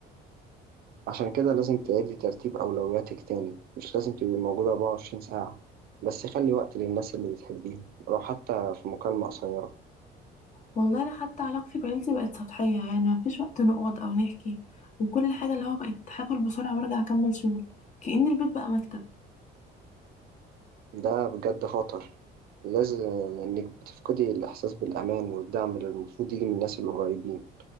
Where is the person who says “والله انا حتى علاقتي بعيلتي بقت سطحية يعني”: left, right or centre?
Left